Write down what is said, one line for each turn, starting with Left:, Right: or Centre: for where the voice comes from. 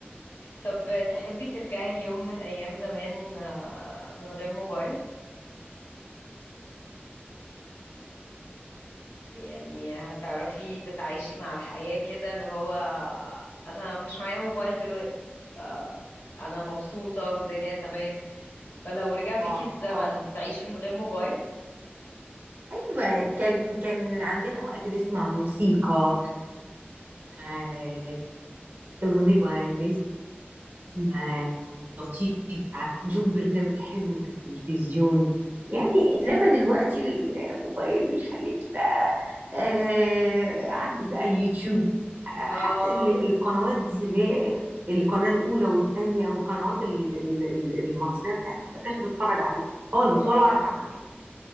Left: طب تحبي ترجعي اليوم من ايام زمان آه، من غير موبايل يعني هتعرفي تتعايشي مع الحياة كده اللي هو انا مش معايا موبايل دلوقتي ف- انا مبسوطة والدنيا تمام فلو رجع بيكي
Right: اه
Left: الزمن
Right: اه
Left: تعيشي من غير موبايل
Right: ايوه كان كان عندنا وقت نسمع موسيقى آه، اغنيه ونسمع معاه لطيفة نشوف برنامج حلو في التلفزيون يعني إنما دلوقتي الموبايل بيخليكي بقى آه عندك بقى اليوتيوب آه،
Left: اه
Right: حتى ال- القنوات دي اللي هي القناة الأولى والتانية والقنوات ال- ال- ال- المصرية بتاعتي ما بقاش بتفرج عليها خالص
Left: دي حقيقة
Right: ولا أعرف عنها حاجة